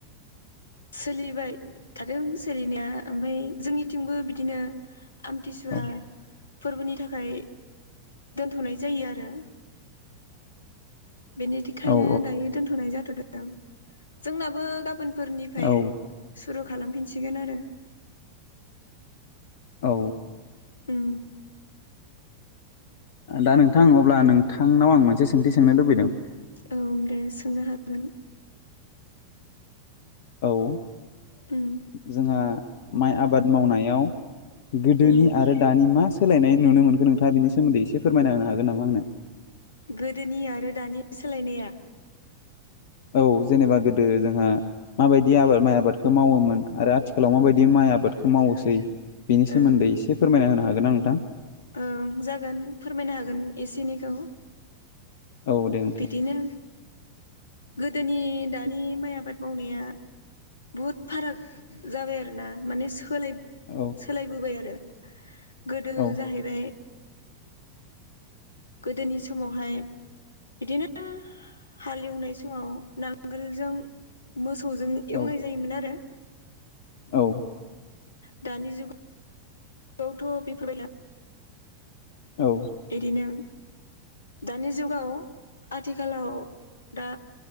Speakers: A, on the left; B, on the left.
A: सोलिबाय थादों सोलिनाया ओमफ्राय जोंनिथिंबो बिदिनो आमथिसुवा
B: औ
A: फोरबोनि थाखाय दोनथ'नाय जायो आरो बेनिखायनो
B: औ
A: दायो दोनथ'नाय जाथ'दों जोंनाबो गाबोनफोरनिफ्राय
B: औ
A: सुरु खालामफिनसिगोन आरो
B: औ
A: उम
B: दा नोंथां अब्ला नोंथांनाव आं मोनसे सोंथि सोंनो लुबैदों
A: औ दे सोंनो हागोन
B: औ
A: उम
B: जोंहा माइ आबाद मावनायाव गोदोनि
A: उम
B: आरो दानि मा सोलायनाय नुनो मोनखो नोंथाङा बिनि सोमोन्दै एसे फोरमायना होनो हागोन नामा आंनो?
A: गोदोनि आरो दानि सोलायनाया?
B: औ जेनेबा गोदो जोंहा माबायदि आबाद माइ आबादखौ मावोमोन आरो आथिखालाव माबायदि माइ आबादखौ मावोसै बिनि सोमोन्दै
A: ओ
B: एसे फोरमायना होनो हागोन ना नोंथां?
A: ओं जागोन फोरमायनो हागोन एसे एनैखौ
B: औ दे नोंथां
A: बिदिनो गोदोनि दानि माइ आबाद मावनाया बुहुत फाराग जाबाय आरो ना माने सो सोलाय
B: औ
A: सोलायबोबाय आरो गोदो
B: औ
A: जाहैबाय गोदोनि समावहाय बिदिनो हाल एवनाय समाव नांगोलजों मोसौजों एवनाय
B: औ
A: जायोमोन आरो
B: औ
A: दानि जुगा आवथ' बेफोरबा
B: औ
A: बेनो दानि जुगाव आथिखालाव दा